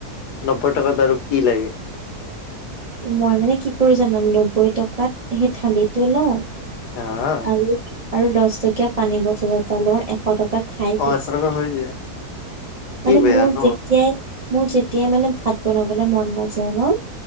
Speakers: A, on the left; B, on the right.
A: নব্বৈ টকাত আৰু কি লাগে।
B: মই মানে কি কৰো জানা নব্বৈ টকাত সেই থালিটো লওঁ
A: আহ।
B: আৰু আৰু দশ টকীয়া পানী বটল এটা লওঁ এশ টকাত খাই <unintelligible>
A: অ', এশ টকা হৈ যায় কি
B: মানে
A: বেয়া
B: মোৰ
A: ন।
B: যেতিয়াই মোৰ যেতিয়াই মানে ভাত বনাবলে মন নাযায় ন,